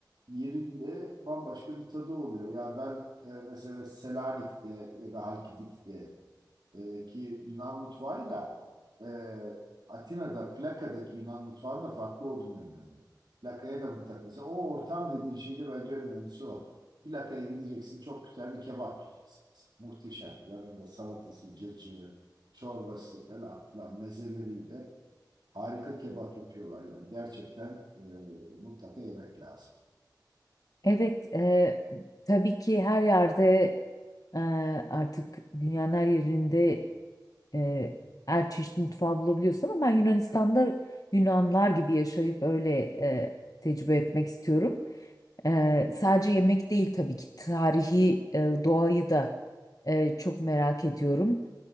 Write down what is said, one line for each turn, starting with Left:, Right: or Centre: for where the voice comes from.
Right: yerinde bambaşka bir tadı oluyor. Yani ben e, mesela Selanik'te ya da Halkidik'te e, ki Yunan mutfağıyla e, Atina'da plakadaki Yunan mutfağının da farklı olduğunu inanıyorum. Plakaya da mutlaka mesela o ortam dediğin şey de bence en önemlisi o. Plakaya gideceksin çok güzel bir kebap yiyeceksin. Muhteşem. Yanında salatası, cacığı, çorbası falan filan mezeleriyle harika kebap yapıyorlar yani. Gerçekten e, mutlaka yemek lazım.
Left: Evet. e, tabii ki her yerde e, artık dünyanın her yerinde e, her çeşit mutfağı bulabiliyorsun ama ben Yunanistan'da Yunanlar gibi yaşayıp öyle e, tecrübe etmek istiyorum. Ee, sadece yemek değil tabii ki tarihi e, doğayı da e, çok merak ediyorum.